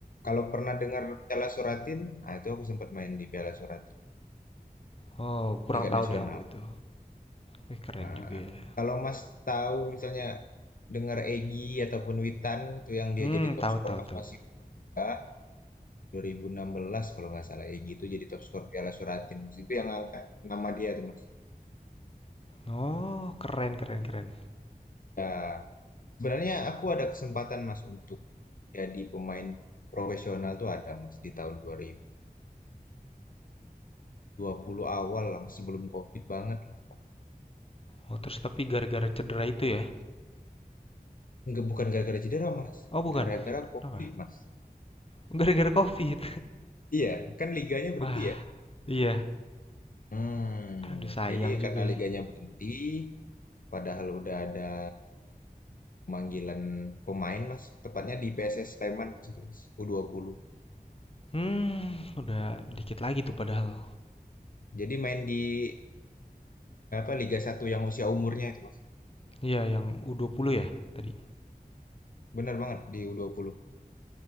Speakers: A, on the left (about 60°); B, on the left (about 40°).
A: Kalau pernah dengar Piala Suratin, nah itu aku sempat main di Piala Suratin,
B: Oh, kurang
A: tingkat
B: tahu
A: nasional.
B: deh aku itu. Wih, keren
A: Nah,
B: juga ya.
A: kalau Mas tahu misalnya dengar Egi ataupun Witan itu yang dia
B: Hmm,
A: jadi top
B: tahu
A: skor
B: tahu
A: pas
B: tahu.
A: masih usia muda 2016 kalau nggak salah Egi itu jadi top skor Piala Suratin Mas. Itu yang angkat nama dia tuh Mas.
B: Oh, keren keren keren.
A: Ya, sebenarnya aku ada kesempatan Mas untuk jadi pemain profesional tuh ada Mas di tahun dua dua ribu dua puluh awal lah Mas, sebelum COVID banget lah.
B: Oh, terus tapi gara-gara cedera itu ya?
A: nggak bukan gara-gara cedera Mas,
B: Oh, bukan.
A: gara-gara COVID
B: Apa?
A: Mas.
B: Gara-gara COVID.
A: Iya, kan liganya berhenti
B: <laughs> Wah,
A: ya.
B: iya.
A: Hmm,
B: Aduh, sayang
A: jadi
B: juga
A: karena liganya
B: ya.
A: berhenti, padahal udah ada pemanggilan pemain, Mas. Tepatnya di PSS Sleman pas itu, Mas. U20.
B: Hmm, udah dikit lagi tuh padahal.
A: Jadi main di apa Liga Satu yang usia umurnya itu, Mas.
B: Iya, yang U20 ya tadi.
A: Benar banget di U20.